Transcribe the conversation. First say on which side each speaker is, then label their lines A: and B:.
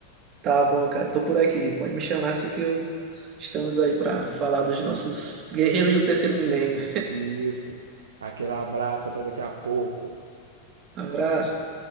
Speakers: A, on the right; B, on the right.
A: tá bom, cara, tô por aqui. Pode me chamar assim que eu estamos aí pra falar dos nossos guerreiros do terceiro milênio.
B: Isso. Aquele abraço, até daqui a pouco.
A: Abraço.